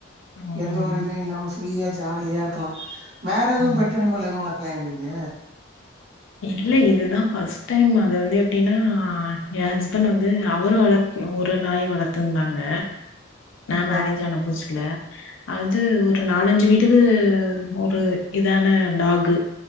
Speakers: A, on the left; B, on the right.
A: ம்
B: எந்த ஒரு இதுவு இல்லாம ஃப்ரீயா ஜாலியா இருக்கலா வேற எதுவு
A: ம்
B: பெட் அனிமல் எது வள ப்பலயா நீங்க
A: இல்ல இதுதா ஃபர்ஸ்ட் டைம் அது வந்து எப்டின்னா எ ஹஸ்பண்ட் வந்து அவரு வள ஒரு நாய் வளத்திருந்தாங்க நா
B: ஆ
A: மேரேஜ் ஆன புதுசுல அது ஒரு நாலஞ்சு வீட்டுக்கு ஒரு இதான டாகு